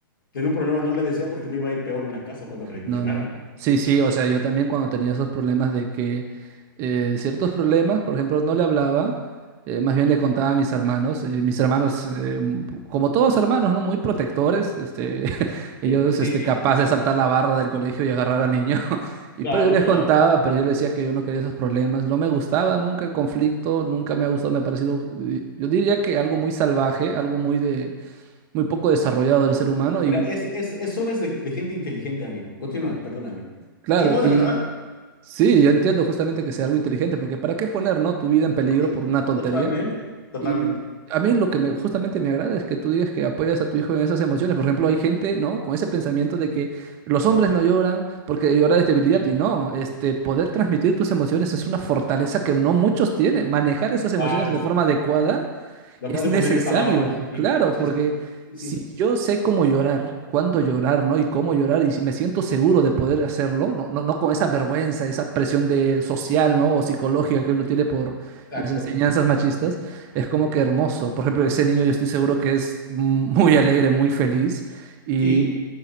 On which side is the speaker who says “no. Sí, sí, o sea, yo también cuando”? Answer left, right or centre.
Right